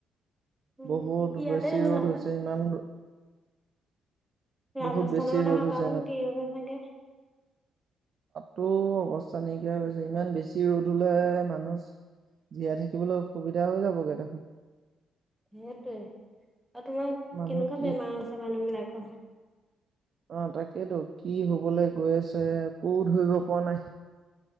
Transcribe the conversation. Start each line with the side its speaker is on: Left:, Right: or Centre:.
Centre: উম
Right: বহুত
Centre: ইয়াতে
Right: বেছি
Centre: তেনেকুৱা
Right: ৰ'দ হৈছে ইমান।
Centre: ৰাজস্থানৰ
Right: বহুত বেছি
Centre: কথা
Right: ৰ'দ
Centre: ভাবা
Right: হৈছে
Centre: ওন।
Right: ন
Centre: কি হৈছে চাগে।
Right: তো অৱস্থা নাইকিয়া হৈছে। ইমান বেছি ৰ'দ হ'লে মানুছ জীয়াই থাকিবলৈ অসুবিধা হৈ যাবগৈ দেখোন।
Centre: সেইটোৱে। আৰু তোমাৰ
Right: মানুহ
Centre: কেনেকুৱা
Right: কি
Centre: বেমাৰ হৈছে মানুহবিলাকৰ।
Right: অ' তাকেতো। কি হবলে গৈ আছে? একো ধৰিব পৰা নাই।